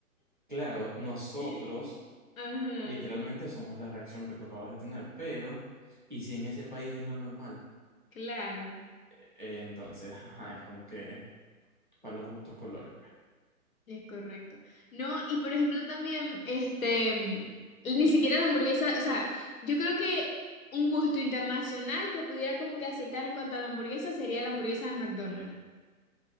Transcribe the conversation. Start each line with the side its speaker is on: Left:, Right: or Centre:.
Right: Claro, nosotros
Left: <laughs> Ajá,
Right: literalmente somos la reacción que tú acabas de tener, pero, ¿y si en ese país es lo normal?
Left: claro.
Right: Eh, entonces, ajá, es como que para los gustos colores, pues.
Left: Es correcto. No, y por ejemplo también, este, mm, ni siquiera la hamburguesa, o sea, yo creo que un gusto internacional que pudiera como que aceptar en cuanto a la hamburguesa sería la hamburguesa de McDonald's.